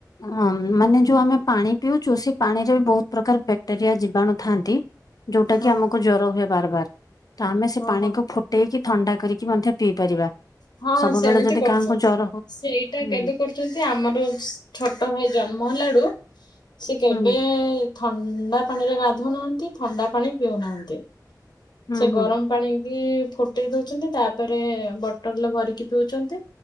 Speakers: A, on the left; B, on the left.
A: ହ ମାନେ ଯୋଉ ଆମେ ପାଣି ପିଉଛୁ ସେ ପାଣିରେ ବି ବହୁତ ପ୍ରକାର ଜଣୁ ଯୋଉଟା
B: ହଁ
A: ଆମକୁ ଜର ହୁଏ ବାର ଆମେ
B: ଓହୋ
A: ପା
B: ହଁ
A: ଦେଇେଇକି ଥଣ୍ଡା କରିକି ମଧ୍ୟ ପିଇ ପାରିବା।
B: ହଁ
A: ସବୁବେଳେ
B: ସେମିତି
A: ଯଦି
B: କରୁଛନ୍ତି
A: କାହାଙ୍କୁ ଜର ହଉ
B: ସେଇଟା
A: ହୁଁ
B: କେବେ କରୁ ଛନ୍ତି ଆମର ଛୋଟ ଭାଇ ଜନ୍ମ ହେଲାଡୁ ସେ କେବେ
A: ହୁଁ
B: ଥଣ୍ଡା ପାଣିରେ ଗାଧୁନାହାନ୍ତି ଥଣ୍ଡା ପାଣି ପିଉନାହାନ୍ତି।
A: ହୁଁ
B: ସେ ଗରମ
A: ହୁଁ
B: ପାଣି କିି ଫୁଟେଇ ଦଉଛନ୍ତି ତାପରେ ବଟଲରେ ଭରିକି ପିଉଛନ୍ତି।